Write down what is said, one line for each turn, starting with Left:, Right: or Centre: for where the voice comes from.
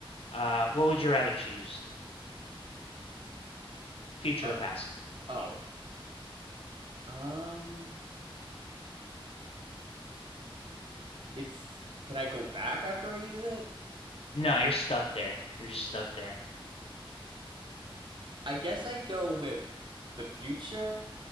Left: Uh, what would you rather choose? Future
Right: Uh
Left: or past?
Right: oh. Um, it's can I go back after I use it?
Left: No, you're stuck there. You're just stuck there.
Right: I guess I'd go with the future.